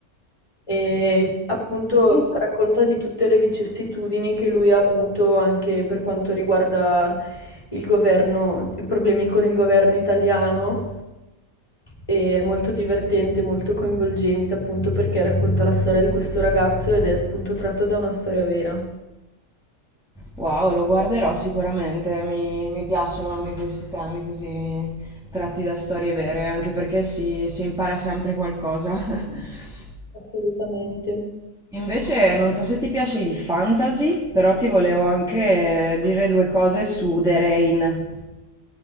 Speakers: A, on the left; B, in the centre.
A: E appunto
B: Pensa-
A: racconta
B: te.
A: di tutte le vicissitudini che lui ha avuto anche per quanto riguarda il governo, i problemi con il governo italiano. E È molto divertente, molto coinvolgente, appunto perché racconta la storia di questo ragazzo ed è appunto tratto da una storia vera.
B: Wow, lo guarderò sicuramente, mi, mi piacciono anche questi temi così tratti da storie vere, anche perché si, si impara sempre qualcosa. <laughs>
A: Assolutamente.
B: Invece non so se ti piace il fantasy, però ti volevo anche dire due cose su The Rain.